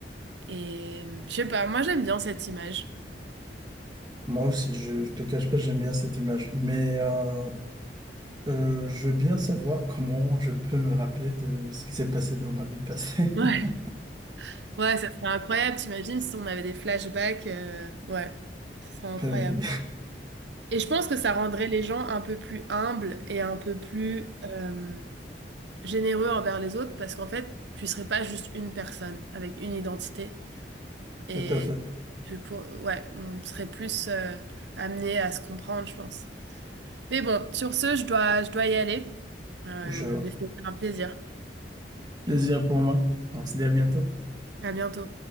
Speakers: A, on the right; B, on the right.
A: Et je sais pas, moi j'aime bien cette image.
B: Moi aussi, je, je te cache pas, j'aime bien cette image, mais euh, euh, je veux bien savoir comment je peux me rappeler de ce qui s'est passé dans ma vie passée.
A: Ouais.
B: <laughs>
A: Ouais, ça serait incroyable, t'imagines si on avait des flashbacks, euh, ouais, ça serait
B: Ben
A: incroyable.
B: oui,
A: Et je pense que ça rendrait les gens un peu plus humbles et un peu plus euh, généreux envers les autres parce qu'en fait, tu serais pas juste une personne avec une identité. Et
B: tout à fait.
A: tu pour... ouais, on serait plus euh, amené à se comprendre, je pense. Mais bon, sur ce, je dois, je dois y aller. Euh,
B: Je
A: mais
B: vois.
A: c'était un plaisir.
B: Plaisir pour moi. On se dit à bientôt.
A: À bientôt.